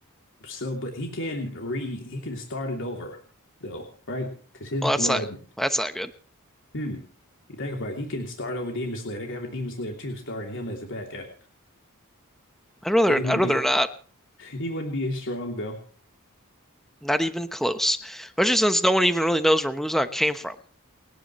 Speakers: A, on the left (about 60°); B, in the centre.
A: So, but he can re he can start it over though, right? Because his
B: well
A: blood.
B: that's not that's not good.
A: Hmm. You think about it, he can start over Demon Slayer. They can have a Demon Slayer too, starting him as the bad guy,
B: I'd rather
A: but he wouldn't
B: I'd rather
A: be
B: not,
A: <laughs> he wouldn't be as strong though.
B: not even close. Especially since no one even really knows where Muzan came from.